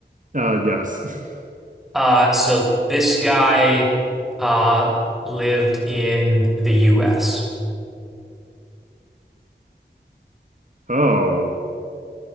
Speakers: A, on the right; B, in the centre.
A: Uh, yes. <laughs>
B: Uh, so this guy uh lived in the US.
A: Oh,